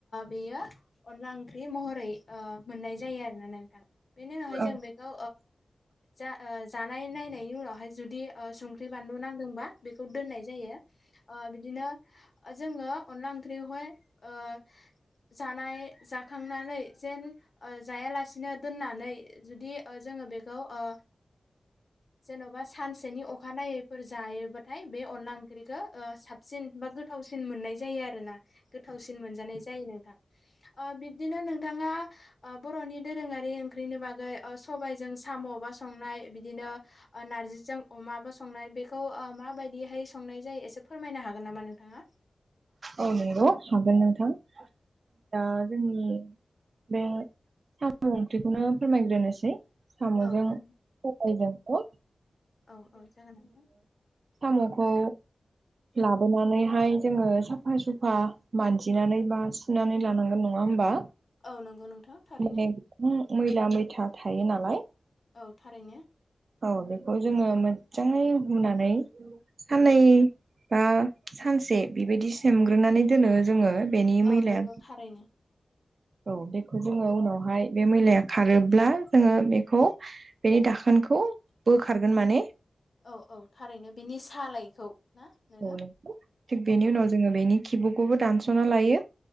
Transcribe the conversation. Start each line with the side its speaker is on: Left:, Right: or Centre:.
Left: बेयो अनला ओंख्रि महरै मोननाय जायो आरोना नोंथां बेनि उनावहाय
Right: औ
Left: जों बेखौ जा जानाय नायनायनि उनावहाय जुदि संख्रि बानलु नांदोंबा बेखौ दोननाय जायो। ओ बिदिनो जोङो अनला ओंख्रियावहाय ओ जानाय जाखांनानै जेन जायालासिनो दोननानै जुदि जोङो बेखौ ओ जेन'बा सानसेनि अखानायैफोर जायोबाथाय बे अनला ओंख्रिखौ ओ साब- -सिन बा गोथावसिन मोननाय जायो आरो ना। गोथावसिन मोनजानाय जायो नोंथां ओ बिब्दिनो नोंथाङा ओ बर'नि दोरोङारि ओंख्रिनि बागै सबायजों साम'बा संनाय बिदिनो नारजिजों अमाबा संनाय बेखौ माबायदिहाय सं- -नाय जायो‌ एसे फोरमायनो हागोन नामा नोंथाङा?
Right: औ नंगौ हागोन नोंथां। दा जोंनि बे साम' ओंख्रिखौनो फोरमायग्रोनोसै। साम
Left: औ
Right: जों
Left: औ
Right: सबायजोंखौ
Left: औ औ जागोन नोंथां।
Right: साम'खौ लाबोनानैहाय जोङो सा साफा सुफा मानजिनानै बा सुनानै लानांगोन नङा होमबा?
Left: औ नंगौ नोंथां थारैनो।
Right: माने गोबां मैला मैथा थायो नालाय।
Left: औ थारैनो।
Right: औ बेखौ जोङो मोजाङै हुनानै साननै बा सानसे बेबायदि सोमग्रोनानै दोनो। जोङो बेनि मैलाया
Left: औ नंगौ थारैनो
Right: औ बेखौ जोङो उनावहाय बे मैलाया खारोब्ला जोङो बेखौ बेनि दाखोन खौ बोखारगोन माने
Left: औ औ थारैनो बेनि सालायखौ ना नोंथां
Right: औ थिग बेनि
Left: औ
Right: उनाव जोङो बेनि किबुकखौबो दानस'ना लायो।